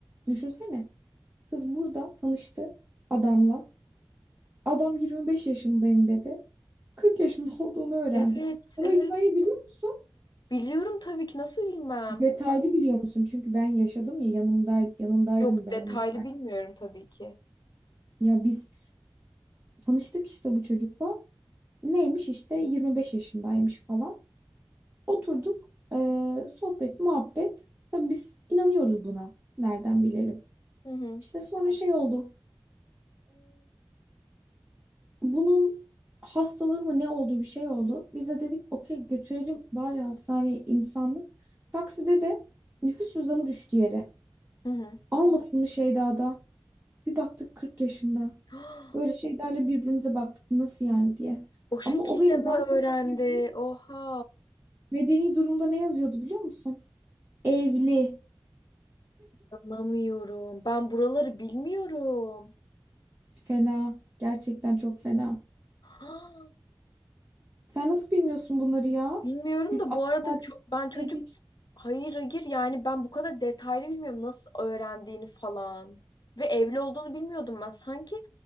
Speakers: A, on the right; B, on the left.
A: Düşünsene. Kız burada tanıştı adamla. Adam 25 yaşındayım dedi. 40 yaşında olduğunu öğrendik.
B: Evet,
A: Sen
B: evet.
A: o hikayeyi biliyor musun?
B: Biliyorum tabii ki. Nasıl bilmem?
A: Detaylı biliyor musun? Çünkü ben yaşadım ya yanımda yanındaydım
B: Yok,
A: ben
B: detaylı
A: onun.
B: bilmiyorum tabii ki.
A: Ya biz tanıştık işte bu çocukla. Neymiş işte 25 yaşındaymış falan. Oturduk eee, sohbet muhabbet. Tabii biz inanıyoruz buna. Nereden bilelim?
B: Hı hı.
A: İşte sonra şey oldu. Bunun hastalığı mı ne oldu bir şey oldu. Biz de dedik okey götürelim bari hastaneye insanlık. Takside de nüfus cüzdanı düştü yere.
B: Hı hı.
A: Almasın mı Şeyda'da? Bir baktık 40 yaşında.
B: <gasps>
A: Böyle şeylerle birbirimize baktık nasıl yani diye.
B: O şekilde
A: Ama o hayır
B: mi
A: daha
B: öğrendi?
A: kötüsünü biliyor.
B: Oha.
A: Medeni durumda ne yazıyordu biliyor musun? Evli.
B: Anlamıyorum. Ben buraları bilmiyorum.
A: Fena. Gerçekten çok fena.
B: <gasps>
A: Sen nasıl bilmiyorsun bunları ya?
B: Bilmiyorum
A: Biz
B: da bu arada ço- ben çocuk
A: dedik.
B: hayır hayır yani ben bu kadar detaylı bilmiyorum nasıl öğrendiğini falan. Ve evli olduğunu bilmiyordum ben. Sanki